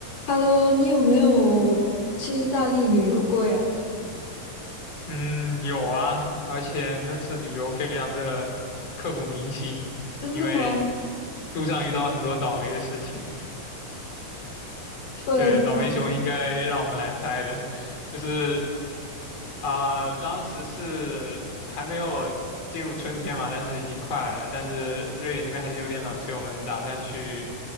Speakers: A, on the left (about 85°); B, on the left (about 50°).
A: Hello，你有没有去意大利旅游过呀？
B: 嗯，有啊，而且那次旅游非常的刻骨铭心，
A: 真的吗？
B: 因为路上遇到很多倒霉的事情。
A: 说来听。
B: 这倒霉熊应该让我们来拍的，就是啊、当时是还没有进入春天嘛，但是已经快了。但是瑞典那边还是有点冷，所以我们打算去，